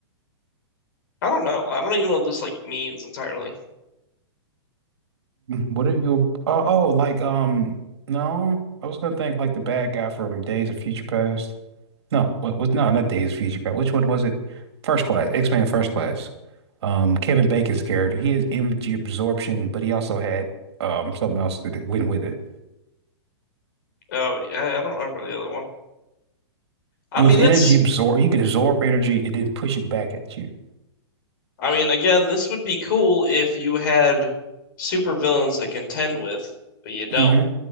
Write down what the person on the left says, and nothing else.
I don't know. I don't even know what this like means entirely.
Oh, yeah, I don't remember the other one. I
mean,
it's.
I mean, again, this would be cool if you had supervillains to contend with, but you don't.